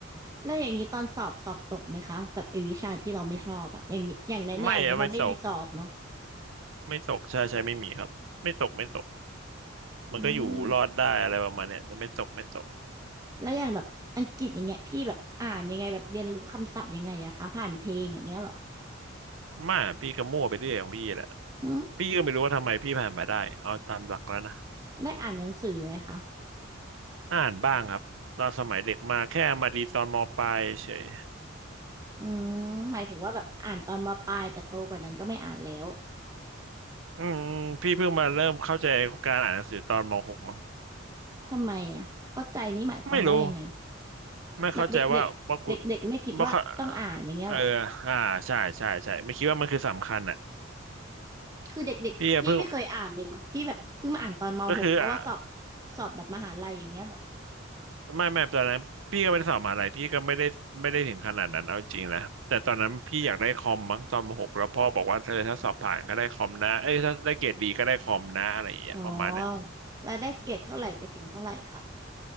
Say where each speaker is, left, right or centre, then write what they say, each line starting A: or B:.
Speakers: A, on the right; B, on the right.
A: แล้วอย่างนี้ตอนสอบสอบตกไหมคะแบบไอ้วิชาที่เราไม่ชอบอะอย่างนี้อย่างแน่ๆอย่างเงี้ยมันไม่มีสอบเนาะ
B: อืมไม่อะไม่ตกไม่ตกใช่ใช่ไม่มีครับไม่ตกไม่ตกมันก็อยู่รอดได้อะไรประมาณเนี้ยแต่ไม่ตกไม่ตก
A: อืมแล้วอย่างแบบอังกฤษอย่างเงี้ยพี่แบบอ่านยังไงแบบเรียนรู้คำศัพท์ยังไงอะคะผ่านเพลงอย่างเงี้ยเหรอ
B: มาพี่ก็มั่วไปเรื่อยของพี่แหละ
A: อืม
B: พี่ก็ไม่รู้ว่าทำไมพี่ผ่านมาได้เอาตามหลักแล้วนะ
A: ได้อ่านหนังสือไหมคะ
B: อ่านบ้างครับตอนสมัยเด็กมาแค่มาดีตอนมปลายเฉย
A: อืมหมายถึงว่าแบบอ่านตอนมปลายแต่โตกว่านั้นก็ไม่อ่านแล้ว
B: อืมพี่เพิ่งมาเริ่มเข้าใจการอ่านหนังสือตอนมหกมั้ง
A: ทำไมอะเข้าใจนี่หมายความว่ายังไง
B: ไม่รู้ไม่เข้าใจว่าว่ากู
A: แบบเด็กๆเด็กเด็กๆไม่คิดว่าต้องอ่านอย่างเงี้ยเหรอ
B: ว่าเขาเอออ่าใช่ใช่ใช่ไม่คิดว่ามันคือสำคัญอ่ะ
A: คือเด็กๆพี่ไม่เคยอ่านเลยเหรอพี่แบบเพิ่งมาอ่านตอนมหกเพราะว่าสอบ
B: พี่อะเพิ่งก็คืออ่ะ
A: สอบแบบมหาลัยอย่างเงี้ยเหรอ
B: ไม่ไม่ตอนนั้นพี่ก็ไม่ได้สอบมหาลัยพี่ก็ไม่ได้ไม่ได้ถึงขนาดนั้นเอาจริงนะแต่ตอนนั้นพี่อยากได้คอมมั้งตอนมหกแล้วพ่อบอกว่าเธอถ้าสอบผ่านก็ได้คอมนะเอ้ยถ้าได้เกรดดีก็ได้คอมนะอะไรอย่างเงี้ยประมาณเนี้ย
A: อ๋อแล้วได้เกรดเท่าไหร่ไปถึงเท่าไหร่คะ